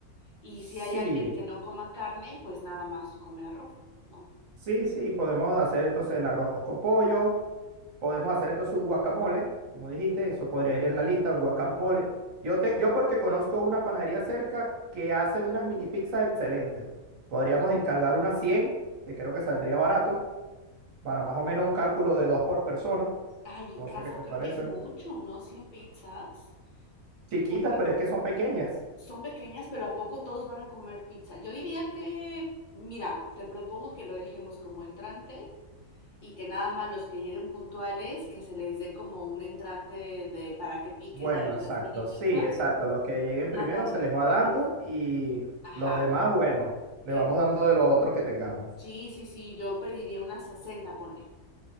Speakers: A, on the left; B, on the right.
A: Y
B: Sí,
A: si hay alguien que no coma carne, pues nada más come arroz, ¿no?
B: sí, sí, podemos hacer entonces el arroz con pollo, podemos hacer entonces un guacamole, como dijiste, eso podría ir en la lista, un guacamole. Yo, te, yo porque conozco una panadería cerca que hace unas mini pizzas excelentes. Podríamos encargar unas 100 que creo que saldría barato, para más o menos un cálculo de dos por persona.
A: Ay,
B: No
A: Rafa,
B: sé qué te
A: creo
B: parece.
A: que es mucho, ¿no? cien pizzas.
B: Chiquitas,
A: Porque
B: pero
A: no,
B: es que son pequeñas.
A: son pequeñas, pero ¿a poco todos van a comer pizza? Yo diría que, mira, te propongo que lo dejemos como entrante y que nada más los que lleguen puntuales, que se les dé como un entrante de, para que piquen
B: Bueno,
A: ahí
B: exacto,
A: las mini pizzas.
B: sí, exacto. Los que lleguen primero
A: Ándale,
B: se les va
A: porque,
B: dando
A: es-
B: y
A: ajá,
B: los demás, bueno, le
A: que
B: vamos dando de lo otro que tengamos.
A: sí, sí, sí, yo pediría unas 60, ponle.